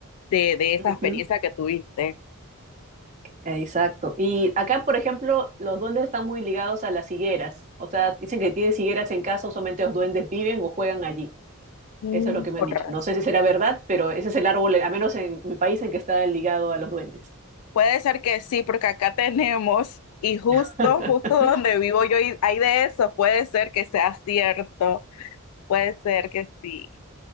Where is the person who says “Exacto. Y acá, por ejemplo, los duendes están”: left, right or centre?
Right